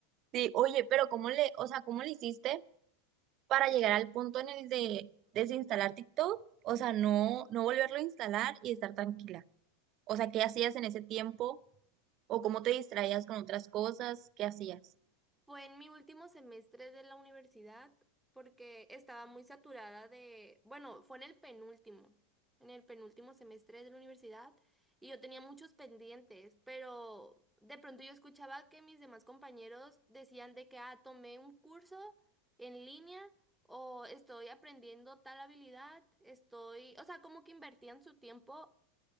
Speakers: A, on the right (about 45°); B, in the centre.
A: Sí, oye, pero ¿cómo le, o sea, cómo le hiciste para llegar al punto en el de desinstalar TikTok? O sea, no, no volverlo a instalar y estar tranquila. O sea, ¿qué hacías en ese tiempo? ¿O cómo te distraías con otras cosas? ¿Qué hacías?
B: Fue en mi último semestre de la universidad porque estaba muy saturada de, bueno, fue en el penúltimo, en el penúltimo semestre de la universidad y yo tenía muchos pendientes, pero de pronto yo escuchaba que mis demás compañeros decían de que, ah, tomé un curso en línea o estoy aprendiendo tal habilidad, estoy, o sea, como que invertían su tiempo